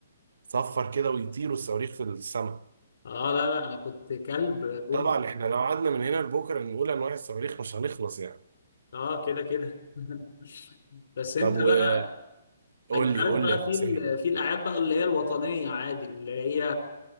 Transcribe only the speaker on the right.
صفر كده ويطيروا الصواريخ في السماء
طبعا احنا لو قعدنا من هنا لبكره نقول انواع الصواريخ مش هنخلص يعني
طب
وقول
لي
قول
لي يا
مسائي